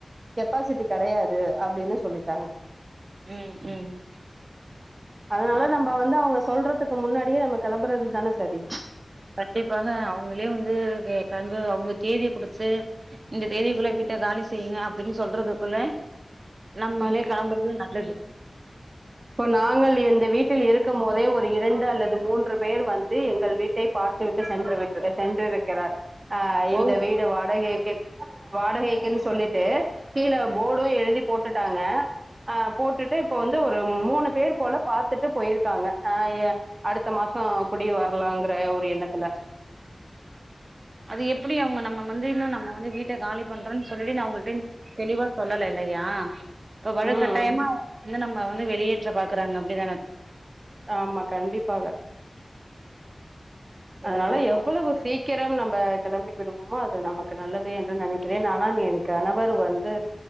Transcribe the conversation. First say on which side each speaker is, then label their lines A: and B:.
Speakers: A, on the right; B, on the right.
A: பாசிட்டி கடையாத் து அப்பிடின்னு சொல்லிட்டாங்க.
B: ம் ம்
A: அதுனால நம்ப வந்து அவ்ங்க சொல்றதுக்கு முன்னாடியே நம்ப களம்புறது தான சரி
B: கண்டிப்பாக அவங்கயே வந்து வே களம்பு அவ்ங்க தேதிய குடுத்து இந்த தேதிக்குள்ள வீட்ட காலி செய்யுங்க அப்டினு சொல்றதுக்குள்ள நம்மளே
A: ம்
B: கெளம்புறது நல்லது
A: இப்ப நாங்கள் எந்து வீட்டில் இருக்கும்போதே ஒரு இரண்டு அல்லது மூன்று பேர் வந்து எங்கள் வீட்டை பார்த்து விட்டு சென்றுவிட்டு சென்றுவிட்டது சென்றிருக்கிறார் அ இந்த
B: ஓ
A: வீடு வாடகைக்கு வாடகைக்குன் சொல்லிட்டு கீழ போடும் எழுதி போட்டுட்டாங்க ஆ போட்டுட்டு இப்ப வந்து ஒரு ஒரு மூணு பேர் போல பாத்துட்டு போய்ருக்காங்க அய்ய அடுத்த மாசோ குட் அப்டி வர்லாங்ற ஒரு எண்ணத்துல
B: அது எப்புடி அவ்ங்க நம்ம வந்து இன்னு நம்ம வந்து வீட்ட காலி பண்றோன் சொல்லி நா உங்கள்ட தெளிவா சொல்லலே இல்லையா வழுக்
A: ம்
B: கட்டாயமா வ நம்ம வந்து வெளியேற்ற பாக்குறாங்க அப்படிதானே
A: ஆமா கண்டிப்பாக
B: இது
A: அதனால எவ்வளவு சீக் சீக்கிரம் நம்ம கிளம்பி விடுவோமோ அது நமக்கு நல்லது என்று நினைக்கிறேன் நனா என் கணவர் வந்து